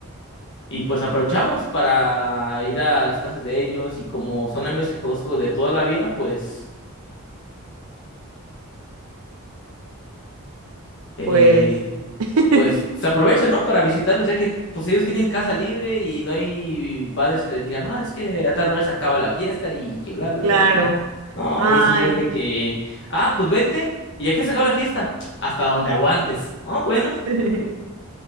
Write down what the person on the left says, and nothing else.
y pues aprovechamos para ir a las casas de ellos y como son amigos que conozco de toda la vida, pues eh,
pues se aprovechan, ¿no? Para visitarlos, ya que pues ellos tienen casa libre y no hay padres que les digan, ah, es que a tal hora se acaba la fiesta y que bla, bla,
bla, bla. no. No,
ahí sí es de que, ah, pues vente, y ya que se acaba la fiesta, hasta donde aguantes, ¿no? Bueno,